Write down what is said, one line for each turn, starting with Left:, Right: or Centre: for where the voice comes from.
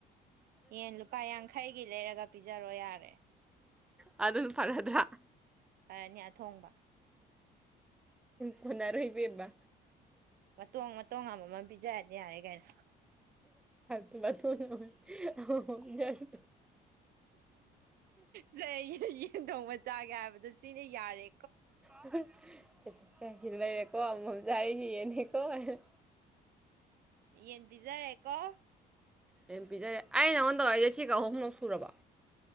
Right: ꯑꯦꯡ ꯂꯨꯄꯥ ꯌꯥꯡꯈꯩꯒꯤ ꯂꯩꯔꯒ ꯄꯤꯖꯔꯣ ꯌꯥꯔꯦ
Centre: ꯑꯗꯨꯝ ꯐꯔꯗ꯭ꯔꯥ
Right: ꯐꯔꯅꯤ ꯑ ꯊꯣꯡꯕ
Centre: ꯐꯣꯟꯔꯣꯏꯕꯕ
Right: ꯃꯇꯣꯡ ꯃꯇꯣꯡ ꯑꯃꯃꯝ ꯄꯤꯖꯔꯅꯤ ꯌꯥꯔꯦ ꯀꯩꯅꯣ
Centre: ꯀ ꯑ ꯌꯥ
Right: ꯁꯩ ꯊ ꯃꯖꯥꯒꯦ ꯗꯁꯤꯅꯦ ꯌꯥꯔꯦ
Centre: ꯑ ꯆꯠꯆꯤꯠ ꯆ ꯍ ꯂꯩꯔꯦꯀꯣ ꯃꯝꯖꯥꯏ ꯌꯦꯅꯦꯀꯣ ꯍꯥꯏ
Right: ꯌꯦꯟ ꯄꯤꯖꯔꯦꯀꯣ
Centre: ꯌꯥꯝ ꯄꯤꯖꯔꯦ ꯑꯩ ꯅꯉꯣꯟ ꯇꯧꯔꯛꯏꯁꯦ ꯁꯤꯒ ꯑꯍꯨꯝꯂꯨꯛ ꯁꯨꯔꯕ